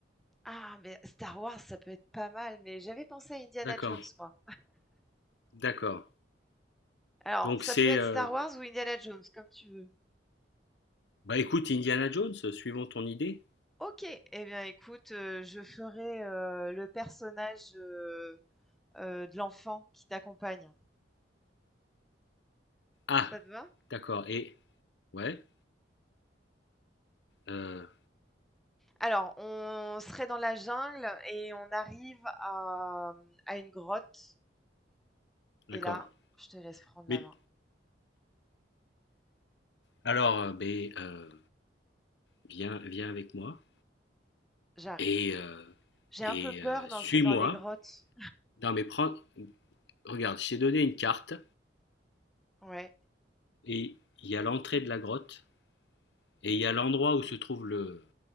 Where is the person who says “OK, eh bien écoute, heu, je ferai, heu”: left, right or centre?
Centre